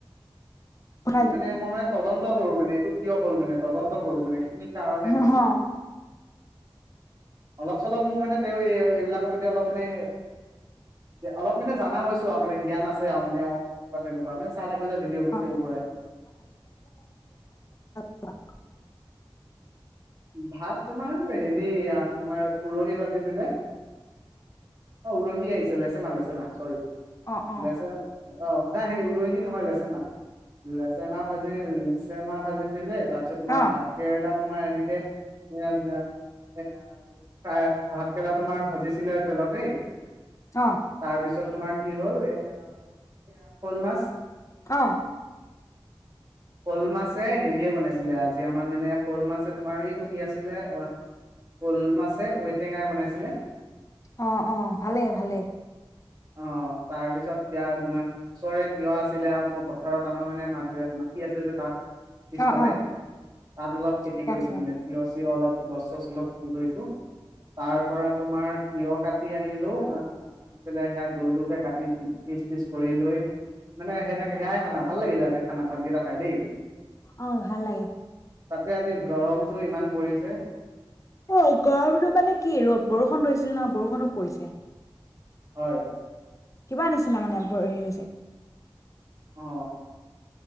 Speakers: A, on the left (about 35°); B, on the right (about 40°).
A: পঠাই
B: মানে মনত। তদন্ত কৰো মানে এইটো কিয় হ'ল মানে। তদন্ত কৰো মানে। কি কাৰণে
A: যাম
B: হৈছে।
A: অ
B: অলপ চলপ মোৰ মানে তেওঁ এই এইবিলাকৰ প্ৰতি অলপ মানে অলপ মানে জানা হৈছোঁ আও মানে জ্ঞান আছে আও মানে অ এনেকুৱা তেনেকুৱা মানে চাই থাক। থাকো যে ভিডিঅ'বোৰ
A: অ
B: সৰু পৰাই
A: <unintelligible>
B: ভাত তোমাৰ হেৰি তোমাৰ উৰহি ভাজি দিলে। অ উৰহি আহিছিলে লেচেমা লেচেমা চৰি
A: অ অ
B: লেচেম অ নাই সেই উৰহি নহয় লেচে মাহ লেচে মাহ ভাজি লেচে মাহ ভাজিছিলে তাৰপিছত তোমাৰ
A: অ
B: ভাত কেৰেলাত তোমাৰ এনেকে এয়া এ এ ভাত কেৰেলা তোমাৰ ভাজিছিলে তেলতেই
A: অ
B: তাৰপিছত তোমাৰ কি হ'ল এয়া-এয়া শ'ল মাছ
A: অহ?
B: শ'ল মাছে হেৰিয়ে বনাইছিলে আজি আমাৰ মানে শ'ল মাছে তোমাৰ ই টো কি আছিলে শ'ল মাছে ঔটেঙাই বনাইছিলে।
A: অহ-অহ, ভালে-ভালে।
B: অ তাৰপিছত এতিয়া গছৰে তিয়হ আছিলে আও পথাৰত আমাৰ মানে মদৰি মাটি আছিল যে তাত পিছফালে
A: অ অ
B: তাত অলপ খেতি
A: ঠিকে
B: কৰিছো
A: আছে
B: মানে তিয় চি অলপ গছৰ চলত উকৰিছো, তাৰ পৰা তোমাৰ তিয়ঁহ কাট কুটি আনিলো, আহ আনি পেলাই সেয়া গোল গোলকে কাটি পিচ-পিচ কৰি লৈ মানে সেনেকে সেয়াই খানা ভাল লাগিলে আজি খানা ভাতকেইটা খাই দেই।
A: অ ভাল লাগে।
B: তাতেই আজি গৰম। জুই ইমান পৰিছে।
A: সেই গৰমতো মানে কি ৰ বৰষুণ ধৰিছিল নহ বৰষুণো পৰিছে।
B: হয়
A: কিবা আনিছিনা মানে ব হেৰি হৈছে।
B: অ